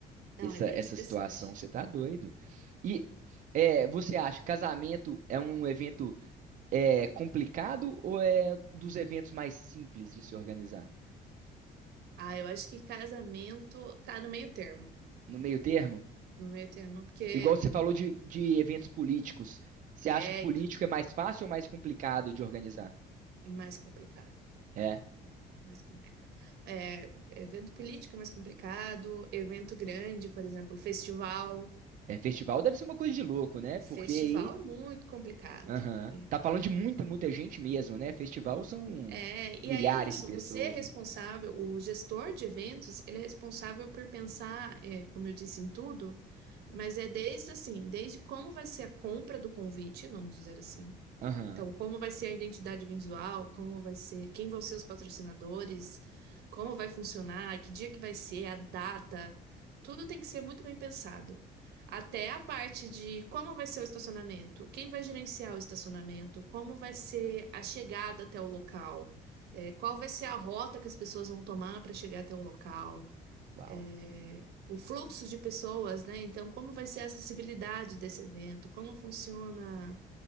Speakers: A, on the right; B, on the right.
A: não,
B: essa,
A: é bem
B: essa
A: estressante.
B: situação, você tá doido. E é, você acha que casamento é um evento é, complicado ou é dos eventos mais simples de se organizar?
A: Ah, eu acho que casamento tá no meio termo.
B: No meio termo?
A: No meio termo, porque
B: Igual você falou de, de eventos políticos. Você
A: é,
B: acha que político
A: então,
B: é mais fácil ou mais complicado de organizar?
A: mais complicado.
B: É.
A: Mais complicado. É, evento político é mais complicado, evento grande, por exemplo, festival.
B: É, festival deve ser uma coisa de louco, né?
A: Festival
B: Porque aí.
A: é muito complicado.
B: Aham.
A: É,
B: Tá falando de muita,
A: é.
B: muita gente mesmo, né? Festival são
A: É,
B: milhares
A: e aí é isso,
B: de pessoas,
A: você é responsável,
B: né?
A: o gestor de eventos, ele é responsável por pensar, é, como eu disse, em tudo, mas é desde assim, desde como vai ser a compra do convite, vamos dizer assim,
B: Aham.
A: Então, como vai ser a identidade visual, como vai ser, quem vão ser os patrocinadores, como vai funcionar, que dia que vai ser, a data, tudo tem que ser muito bem pensado. Até a parte de como vai ser o estacionamento, quem vai gerenciar o estacionamento, como vai ser a chegada até o local, eh, qual vai ser a rota que as pessoas vão tomar para chegar até o local,
B: Uau.
A: eh, o fluxo de pessoas, né? Então, como vai ser a acessibilidade desse evento, como funciona